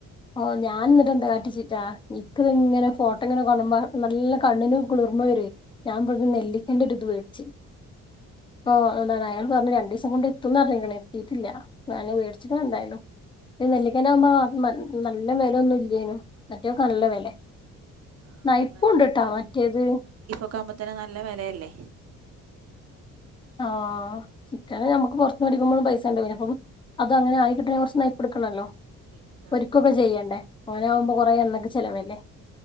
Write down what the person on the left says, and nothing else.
ഓഹ് ഞാ ഞാൻ എന്നിട്ട എന്താ കാട്ടിച്ചിട്ടാ നിക്ക ഇത്ങ്ങനെ ഫോട്ടോങ്ങനെ കാണ്മ്പോ നല്ല കണ്ണിനും കുളിർമ വരും ഞാൻ പറഞ്ഞ നെല്ലിക്കണ്ട ഒരു ഇത് വേട്ച്ചു
ഓ് ന്താണ്ട് അയാള് പറഞ്ഞു രണ്ടു ദിവസം കൊണ്ട് എത്തും ന്ന്റിഞ്ഞ ക്ക്ണ്. എത്തീട്ടില്ല ഞാൻ മേടിച്ച് ക്ക്ണെന്തായാലും നെല്ലിക്കൻ്റാവുമ്പോ നല്ല വിലൊന്നും ഇല്ലേനൂ മറ്റേക്ക നല്ല വില
നയിപ്പുണ്ട്ട്ടാ മറ്റേത്
ആഹ ചിക്കന് ഞമ്മക്ക് പൊറത്ത് മേടിക്കുമ്പോ പൈസ ഉണ്ട പിന്നപ്പം അത അങ്ങനെ ആയിക്കിട്ടണെ കുറച്ച് നയിപ്പെട്ക്കണല്ലോ
ഒരിക്കൊക്കെ ചെയ്യണ്ടേ അങ്ങന നാകുമ്പോ
കൊറെേ എണ്ണക്കെ ചെലവല്ലേ